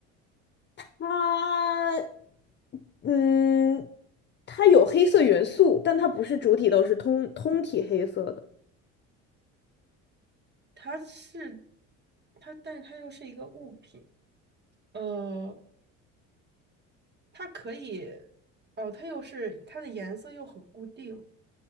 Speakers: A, on the left; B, on the right.
A: 它，嗯，它有黑色元素，但它不是主体都是通通体黑色的。
B: 它是，它，但是它又是一个物品，呃，它可以，哦，它又是它的颜色又很固定，